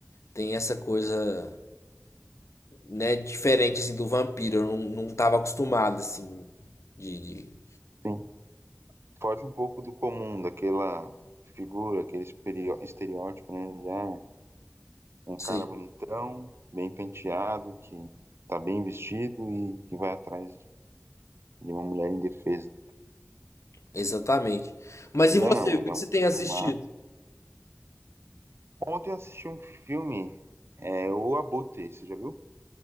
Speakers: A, on the left; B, on the right.
A: tem essa coisa, né, diferente, assim, do vampiro. Eu não, não tava acostumado, assim, de... de...
B: Sim. Foge um pouco do comum, daquela figura, aquele esperio- estereótipo, né? de, ah, um
A: Sim,
B: cara bonitão, bem penteado, que tá bem vestido e que vai atrás de uma mulher indefesa.
A: exatamente. Mas
B: Ele
A: e você,
B: é não,
A: o
B: ele
A: que
B: é
A: que
B: um
A: você tem assistido?
B: formado. Ontem eu assisti um filme, é, O Abutre, você já viu?